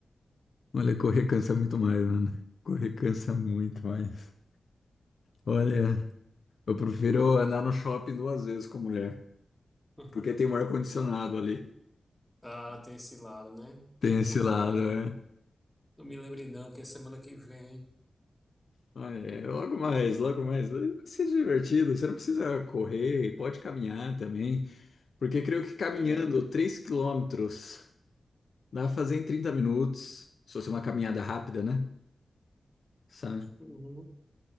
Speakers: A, on the left (about 70°); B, in the centre.
A: Olha, correr cansa muito mais, mano. Correr cansa muito mais. Olha, eu prefiro andar no shopping duas vezes com a mulher,
B: <laughs>
A: porque tem um ar-condicionado ali.
B: Ah, tem esse lado, né?
A: Tem
B: Ô,
A: esse lado,
B: cara,
A: né?
B: não me lembre não que é semana que vem.
A: Olha, é, logo mais, logo mais. Vai ser divertido. Você não precisa correr, pode caminhar também. Porque creio que caminhando
B: É,
A: 3 quilômetros dá pra fazer em 30 minutos. Se fosse uma caminhada rápida, né? Sabe?
B: uhum.